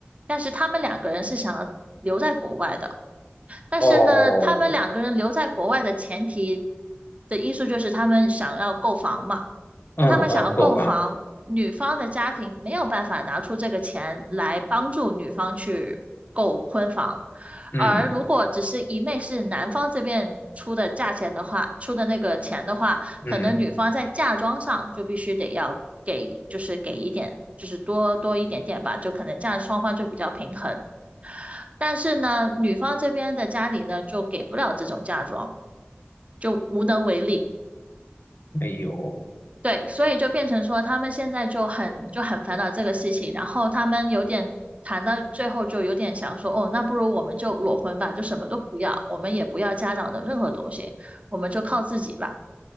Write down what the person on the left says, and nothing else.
哦，
嗯嗯，
购房，
嗯
嗯，
哎呦，